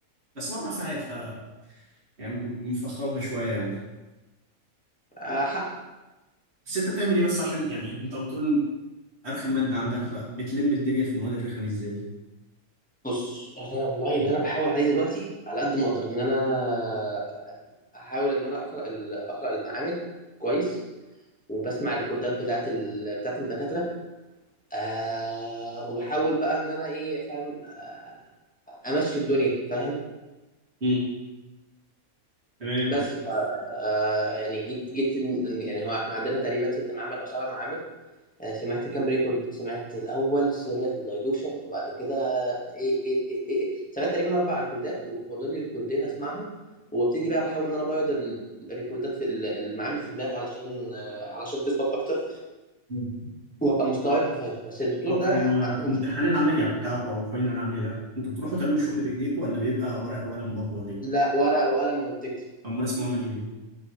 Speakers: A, on the right; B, in the centre.
A: بس هو اربع ساعات ف يعني م- مفخمها شويه يعني
B: آه حق
A: بس انت بتعمل ايه بس عشان يعني انت بتقول ارخم ماده عندك فبتلم الدنيا في المواد الرخمه دي ازاي
B: بص انا والله اللي انا بحاول عليه دلوقتي على قد ما اقدر ان انا آه، احاول ان انا اقرا ال- اقرا المعامل كويس وبسمع الريكوردات بتاعت ال... بتاعت الدكاتره آه وبحاول بقى ان انا ايه فاهم آه امشي الدنيا فاهم
A: مم. تمام
B: بس ف آه يعني جيت جيت إن- يعني هو احنا عندنا تقريبا ست معامل او سبع معامل آه، سمعت كام ريكورد سمعت الاول سرق الدايلوشن وبعد كده ايه ايه ايه, إيه. إيه. سمعت تقريبا اربع ريكوردات وفاضل لي ريكوردين اسمعهم وابتدي بقى بحاول ان انا ابيض ال- الريكوردات في ال- المعامل في دماغي علشان آه، علشان تثبت اكتر
A: مم.
B: وابقى مستوعبها وفاهمها بس الدكتور
A: هو
B: ده
A: هو
B: عنده مشكله
A: امتحان العملية بتاعكم أو فاينل العملية ده أنتوا بتروحوا تعملوا شغل بإيديكم ولا بيبقى ورقة وقلم برضه ولا إيه؟
B: لا ورق وقلم وبتكتب
A: أمال اسمه عملي ليه؟